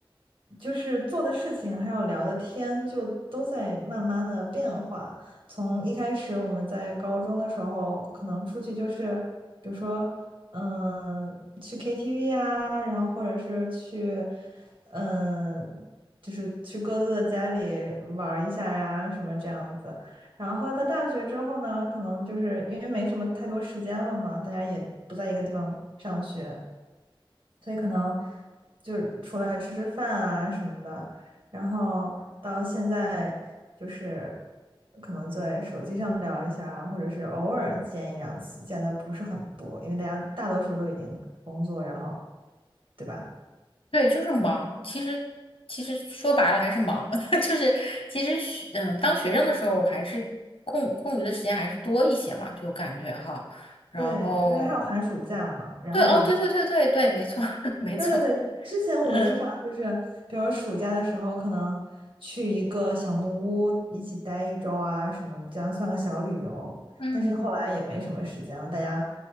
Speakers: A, on the right; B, on the left.
A: 就是做的事情，还有聊的天，就都在慢慢的变化。从一开始我们在高中的时候，可能出去就是，比如说。嗯，去 KTV 啊，然后或者是去，嗯就是去各自的家里玩儿一下呀，什么这样子。然后后来到大学之后呢，可能就是因为没什么太多时间了嘛，大家也不在一个地方上学，所以可能就出来吃吃饭啊什么的。然后到现在就是可能在手机上聊一下，或者是偶尔见一两次，见的不是很多，因为大家大多数都已经工作，然后对吧？
B: 对，就是忙。其实其实说白了还是忙，<laughs> 就是其实学嗯，当学生的时候还是空空余的时间还是多一些嘛，就感觉哈。然后
A: 对，因为还有寒暑假嘛，然后我们
B: 对哦，对对对对对，没错 <laughs> 没错，
A: 对对对，之前我们经常就是，
B: 嗯
A: 比如暑假的时候，可能去一个小木屋一起待一周啊，什么这样算个小旅游。
B: 嗯。
A: 但是后来也没什么时间了，大家